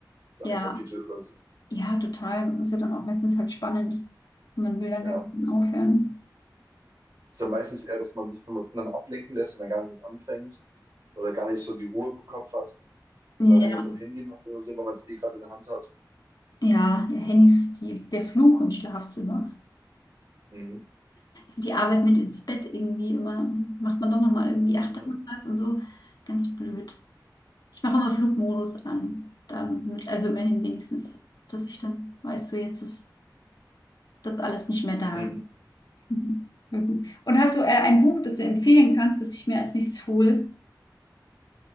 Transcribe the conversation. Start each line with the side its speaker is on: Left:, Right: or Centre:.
Right: So
Left: ja,
Right: ein Kapitel oder so.
Left: ja, total.
Right: Also,
Left: Ist ja dann auch meistens halt spannend. Man will dann
Right: ja,
Left: gar nicht mehr aufhören.
Right: Ist dann meistens eher, dass man sich von was anderem ablenken lässt und dann gar nichts anfängt oder gar nicht so die Ruhe im Kopf hat und
Left: Ja,
Right: dann irgendwas am Handy macht oder so, weil man es eh gerade in der Hand hat.
Left: ja, ja, Handys, die ist der Fluch im Schlafzimmer.
Right: Mhm.
Left: Die Arbeit mit ins Bett irgendwie immer, macht man doch nochmal irgendwie acht
Right: Mhm.
Left: Tage was und so. Ganz blöd. Ich mache immer Flugmodus an. Dann, mit- also immerhin wenigstens, dass ich dann weiß, so jetzt ist das alles nicht mehr da.
Right: Mhm.
Left: <laughs> Mhm. Mhm. Und hast du äh, ein Buch, das du empfehlen kannst, das ich mir als nächstes hole?